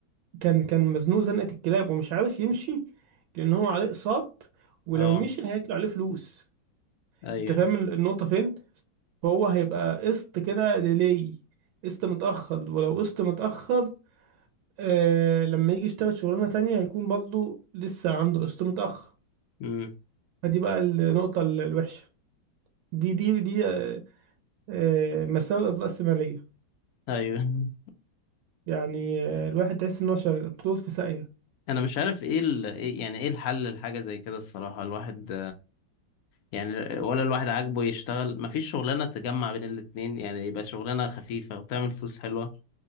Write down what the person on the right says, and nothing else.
كان كان مزنوق زنقه الكلاب ومش عارف يمشي لان هو عليه اقساط ولو
مشي هياكلوا عليه فلوس
انت فاهم النقطة فين فهو هيبقى قسط كده ديلي قسط متأخر ولو قسط متأخر آه لما يجي يشتغل شغلانة تانية هيكون برضه لسه عنده قسط متأخر
فدي بقى النقطة ال- الوحشة دي دي دي آه آه، مساوئ الرأسمالية
يعني آه الواحد تحس إن هو شغال طول في ساقية